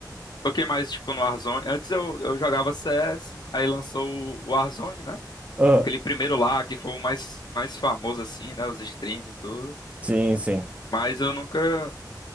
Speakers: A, on the left (about 70°); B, on the right (about 20°).
A: Foquei mais tipo no Warzone. Antes eu, eu jogava CS, aí lançou o Warzone, né?
B: Aham.
A: Aquele primeiro lá, que foi o mais, mais famoso, assim, né? Os streams e tudo.
B: Sim, sim.
A: Mas eu nunca